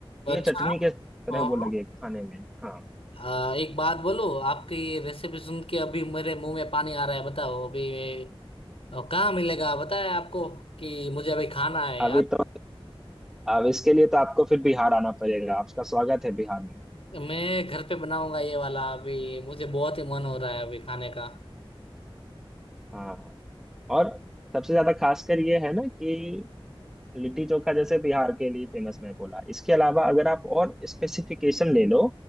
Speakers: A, in the centre; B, on the left.
A: ये
B: अच्छा
A: चटनी के तरह
B: हाँ
A: वो लगे खाने में हाँ
B: अ, एक बात बोलो आपकी रेसिपी सुन के अभी मेरे मुंह में पानी आ रहा है बताओ अभी और कहाँ मिलेगा पता है आपको कि मुझे अभी खाना है यार
A: अभी तो अब इसके लिए तो आपको फिर बिहार आना पड़ेगा आपका स्वागत है बिहार में
B: मैं घर पे बनाऊंगा ये वाला अभी मुझे बहुत ही मन हो रहा है अभी खाने का
A: हाँ और सबसे ज्यादा खासकर ये है ना कि लिट्टी चोखा जैसे बिहार के लिए फेमस मैं बोला इसके अलावा अगर आप और स्पेसिफिकेशन ले लो